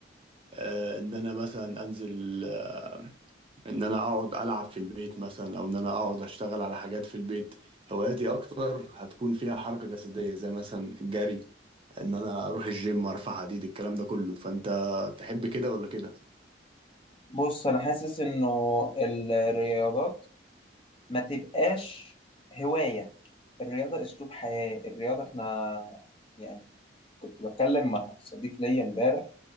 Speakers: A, on the right; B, on the left.
A: آه، ان انا مثلا انزل آه، ان انا اقعد العب في البيت مثلا او ان انا اقعد اشتغل على حاجات في البيت هواياتي اكتر هتكون فيها حركه جسديه زي مثلا الجري ان انا اروح الجيم ارفع حديد الكلام ده كله فانت تحب كده ولا كده
B: بص انا حاسس انه الرياضات ما تبقاش هواية الرياضة اسلوب حياة الرياضة احنا يعني كنت بتكلم مع صديق ليا امبارح